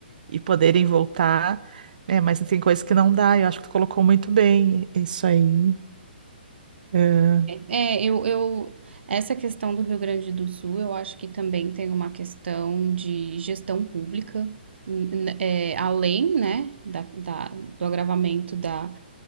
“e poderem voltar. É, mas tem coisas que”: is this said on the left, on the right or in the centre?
Right